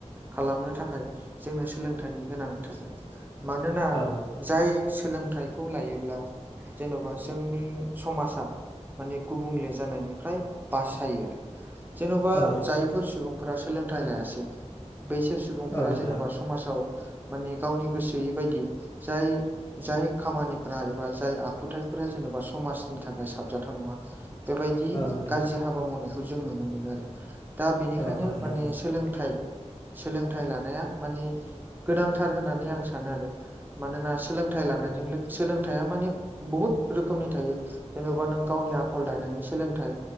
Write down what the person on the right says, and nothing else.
खालामनो थाखाय जोंनो सोलोंथाइनि गोनांथार मानोना
जाय सोलोंथाइखौ लायोब्ला। जेन'बा जोंनि समाजा माने गुबुंले जानायनिफ्राय बासायो आरो जेनबा
जाय बेफोर सुबुंफोरा सोलोंथाइ लायासै। बैसोर सुबुंफोरा
जेन'बा समाजाव माने गावनि गोसोयै बायदि जाय जाय खामानिफोरा एबा जाय आखुथायफोरा जेनेबा समाजनि थाखाय साबजाथाव नङा बेबायदि
गाज्रि हाबा मावनायखौ जों नुनो मोनो आरो। दा बेनिखायनो
माने सोलोंथाइ सोलोंथाइ लानाया माने गोनांथार होननानै आं सानो आरो। मानोना सोलोंथाइ लानायजों सोलोंथायाइया माने बहुत रोखोमनि थायो। जेनेबा नों गावनि आखल दानायनि सोलोंथाइ